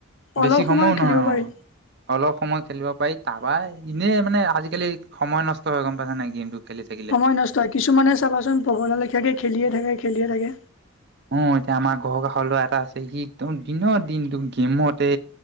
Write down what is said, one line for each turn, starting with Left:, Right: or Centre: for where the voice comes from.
Left: অলপ
Right: বেছি সময়ও
Left: সময়
Right: নহয়।
Left: খেলিব
Right: অ'
Left: পাৰি
Right: অলপ সময় খেলিব পাৰি তাবাই এনেই মানে আজিকালি সময় নষ্ট হৈ গম পাইছ নাই গেমটো। খেলি থাকিলে।
Left: সময় নষ্ট হয়। কিছুমানে চাবাচোন পাগল লেখাকে খেলিয়ে থাকে খেলিয়ে থাকে।
Right: অ'এতিয়া আমাৰ ঘৰৰ কাষৰ লৰা এটা আছে সি একদম দিনৰ দিনো গেমতে